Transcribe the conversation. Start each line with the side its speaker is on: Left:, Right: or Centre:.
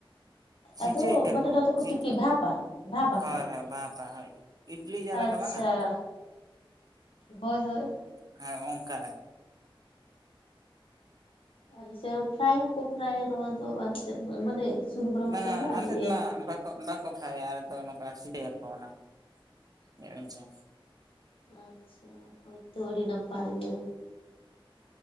Right: ᱥᱤᱡᱮᱭᱟᱠᱚ
Left: ᱟᱫᱚ ᱢᱟᱱᱮ ᱱᱚᱣᱟ ᱫᱚᱠᱚ
Right: ᱥᱤᱡ
Left: ᱛᱤᱠᱤ ᱵᱷᱟᱯᱟ ᱵᱷᱟᱯᱟᱠᱚ
Right: ᱦᱳᱭ ᱦᱳᱭ ᱵᱟᱯ ᱟ ᱦᱳᱭ᱾ ᱤᱰᱞᱤ ᱡᱟᱦᱟᱸ
Left: ᱟᱪᱪᱷᱟ
Right: ᱞᱮᱠᱟ ᱵᱟᱝᱟ
Left: ᱦᱳᱭ ᱦᱳᱭ᱾
Right: ᱦᱮᱸ ᱚᱝᱠᱟ ᱾
Left: ᱟᱞᱮ ᱥᱮᱜ ᱯᱷᱨᱟᱭ ᱦᱚᱠᱚ ᱯᱷᱨᱟᱭ-ᱟ ᱱᱚᱣᱟ ᱫᱚ ᱟᱞᱮ ᱥᱮᱜ ᱫᱚ ᱢᱟᱱᱮ ᱥᱩᱱᱩᱢ ᱨᱮᱦᱚᱸ
Right: ᱵᱟᱝᱟ
Left: ᱠᱚ ᱮᱢᱟ ᱟᱨ
Right: ᱟᱞᱮ
Left: ᱤᱭᱟᱹ
Right: ᱥᱮᱫ <unintelligible> ᱵᱟᱠᱚ ᱯᱷᱨᱟᱭᱟ ᱟᱞᱮ ᱫᱚ ᱱᱚᱝᱠᱟ ᱥᱤᱰᱮᱭᱟᱠᱚ ᱚᱱᱟ, <unintelligible>
Left: ᱟᱪᱪᱷᱟ ᱦᱚᱭᱛᱚ ᱟᱹᱰᱤ ᱱᱟᱯᱟᱭ ᱜᱮ᱾